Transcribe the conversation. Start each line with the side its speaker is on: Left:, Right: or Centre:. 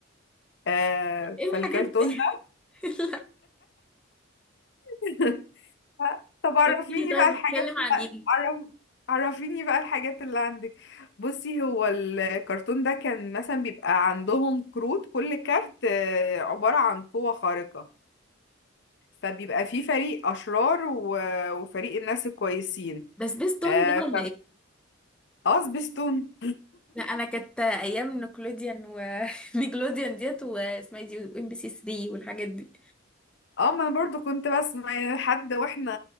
Left: آه،
Centre: <laughs> ايه
Left: فالكرتون
Centre: الحاجات دي
Left: ده
Centre: <laughs> لا
Left: <laughs> طب عرفيني
Centre: قولي لي طيب
Left: بقى الحاجات
Centre: بتتكلم عن
Left: اللي
Centre: ايه
Left: عرف... عرفيني بقى الحاجات اللي عندك بصي هو الكرتون ده كان مثلا بيبقى عندهم كروت كل كارت آه، عبارة عن قوة خارقة فبيبقى فيه فريق أشرار و... وفريق الناس الكويسين
Centre: ده سبيستون
Left: اه
Centre: ده
Left: ف...
Centre: ولا ايه
Left: آه، سبيستون
Centre: لا انا كانت ايام نيكلوديان و <laughs> نيكلوديان ديت واسمها إيه دي وام بي سي 3 والحاجات دي
Left: اه ما انا برضو كنت بسمع يعني، حد واحنا